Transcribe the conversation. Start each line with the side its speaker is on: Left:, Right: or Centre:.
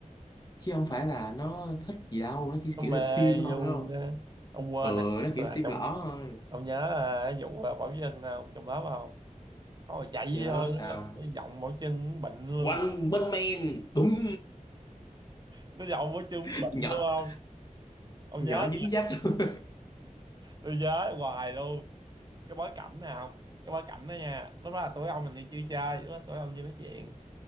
Left: chứ không phải là nó thích gì đâu nó chỉ
Right: nó
Left: kiểu
Right: mê
Left: là sim
Right: luôn
Left: thôi phải không
Right: á. ông quên
Left: ờ
Right: hồi xưa
Left: nó kiểu
Right: là
Left: sim
Right: trong
Left: lỏ thôi
Right: ông nhớ à, cái vụ à, Bảo Trân à, ông trong lớp không có mà chạy vậy
Left: nhớ
Right: thôi
Left: sao
Right: á, nó giọng Bảo Trân cũng bệnh luôn
Left: quanh bên men tùm
Right: nó giọng Bảo Trân cũng
Left: <laughs>
Right: bệnh
Left: nhỏ
Right: luôn không ông
Left: nhỏ
Right: nhớ
Left: dính dách <laughs>
Right: tôi nhớ hoài luôn cái bối cảnh nào không cái bối cảnh đó nha lúc đó là tụi ông mình đi chưa chơi lúc đó tụi ông đi nói chuyện